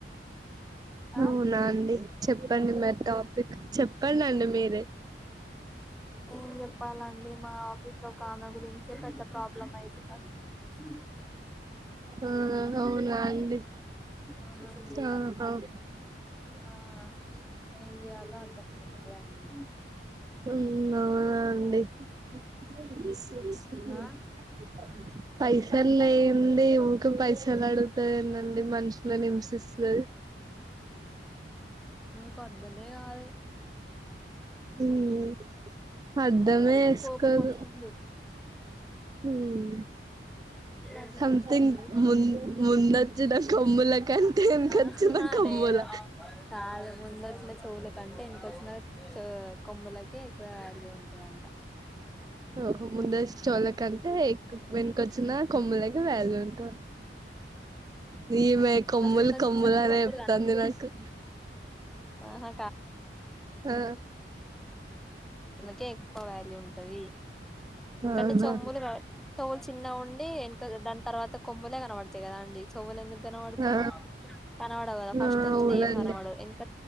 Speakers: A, in the centre; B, on the right.
A: ఆ
B: అవునా అండి చెప్పండి మరి టాపిక్. చెప్పండండి మీరే
A: ఏం చెప్పాలండి మా ఆఫీస్ లో కాఆమె గురించే పెద్ద ప్రాబ్లం అయితుందస్సల్
B: ఆ అవునా ఆండి
A: అవునండి
B: ఆ అవున్
A: ఆ ఏం చేయాలో అర్థం అయితలెదండి.
B: ఉమ్ అవునానండి <unintelligible>
A: ఆ
B: పై తలైవుంది. ఊక పైసలు అడుగుతాదేధండి మనుషుల హింసిస్తది.
A: ఎందుకో అర్థమే గాదు.
B: ఉమ్ మ్ అర్ధమే ఏస్కోదు
A: కోపం వస్తుంది
B: ఉమ్
A: బాధ్యత
B: సంథింగ్
A: వస్తుంది
B: ముంద్ ముందొచ్చిన కొమ్ములాకంటే ఎన్కొచ్చిన
A: ఆహహా
B: కొమ్ములా.
A: లేదు కాదు ముందొచ్చిన చెవులకంటే, ఎన్కోచ్చిన చోవ్ కొమ్ములకే ఎక్కువ వ్యాల్యూ ఉం టదంట.
B: ఓహో ముందోస్తు చోవ్లకంటే, ఎక్ వెనుకొచ్చిన కొమ్ములకి వాల్యూ ఉంటా. నిమే కొమ్ములు
A: ఫస్ట్ ముందు వచ్చేసరికి
B: కొమ్ములనేప్తంది
A: చెవులు
B: నాకు.
A: ఆహ
B: ఆ
A: వులకే ఎక్కువ వాల్యూ ఉంటది. ఎందుకంటే
B: ఆహా
A: చోమ్ములు ర్ తోవులు చిన్న ఉండ్ ఎనకల్ దాని తర్వాత కొమ్ముులే కనబడ్ తాయ్ కదా అండి. చెవ్వులు ఎందుకు కనపడతాయి.
B: ఆ
A: కనపడవు కదా, ఫస్ట్
B: ఆ
A: వచ్చింది
B: అవునండి
A: ఏం కనపడర్ ఎన్క